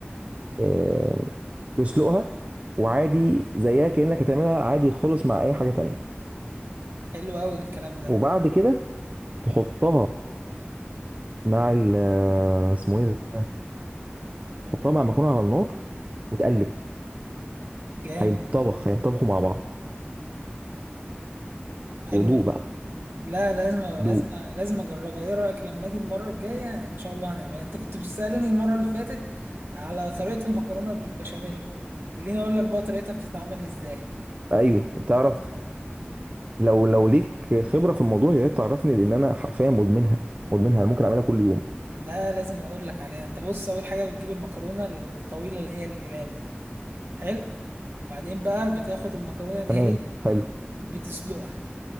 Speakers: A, on the right; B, on the right.
A: آم، تسلقها وعادي زيها كانك هتعملها عادي خالص مع اي حاجه تانية
B: حلو قوي الكلام ده
A: وبعد كده تحطها مع ال آه، اسمه ايه ده تحطها مع مكرونه على النار وتقلب
B: جامد
A: هينطبخ هينطبخوا مع بعض
B: حلو
A: ودوق
B: أوي.
A: بقى
B: لا لازم لازم
A: دوق
B: لازم اجربها ايه رايك لما اجي المره الجايه ان شاء الله هنعملها انت كنت بتسالني المره اللي فاتت على طريقه المكرونه بالبشاميل خليني اقول لك بقى طريقتها بتتعمل ازاي
A: ايوه تعرف لو لو ليك خبره في الموضوع يا ريت تعرفني لان انا حرفيا مدمنها مدمنها انا ممكن اعملها كل يوم
B: لا لازم اقول لك عليها انت بص اول حاجه بتجيب المكرونه الطويله اللي هي الاقلام دي حلو بعدين بقى بتاخد المكرونة دي
A: تمام
B: هي
A: حلو
B: بتسلقها